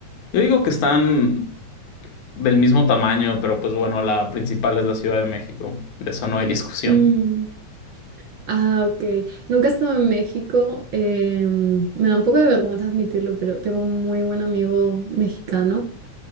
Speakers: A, on the left; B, on the right.
A: yo digo que están del mismo tamaño, pero pues bueno, la principal es la Ciudad de México. De eso no hay discusión.
B: mm. Ah, ok. Nunca he estado en México. em, me da un poco de vergüenza admitirlo, pero tengo un muy buen amigo mexicano